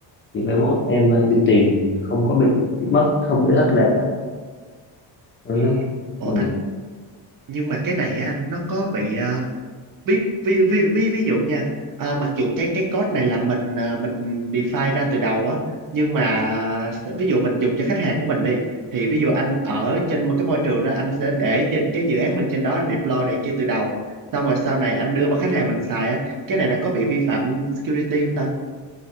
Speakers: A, on the left; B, on the right.
A: thì mai mốt em à, đi tìm không có bị bị mất không bị thất lạc á anh
B: Ờ.
A: nói
B: ủa
A: ừ,
B: anh nhưng mà cái này á anh nó có bị ờ, ví ví ví ví ví dụ nha à, mặc dù cái cái code này là mình à, mình define ra từ đầu á nhưng mà ví dụ mình dùng cho khách hàng của mình đi thì ví dụ anh ở trên một cái môi trường đó anh sẽ để trên cái dự án mình trên đó anh deploy này kia từ đầu xong rồi sau này anh đưa qua khách hàng mình xài á cái này nó có bị vi phạm security không ta